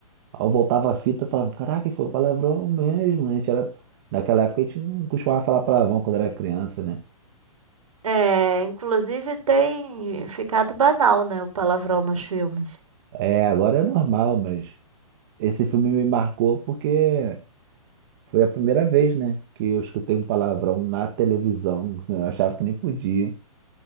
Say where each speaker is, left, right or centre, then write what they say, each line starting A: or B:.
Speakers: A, on the right; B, on the right.
A: Aí eu voltava a fita, e falava, caraca, ele falou palavrão mesmo, né? A gente era, naquela época a gente não costumava falar palavrão quando era criança, né?
B: É, inclusive tem ficado banal, né? O palavrão nos filmes.
A: É, agora é normal, mas esse filme me marcou porque foi a primeira vez, né, que eu escutei um palavrão na televisão. Eu achava que nem podia.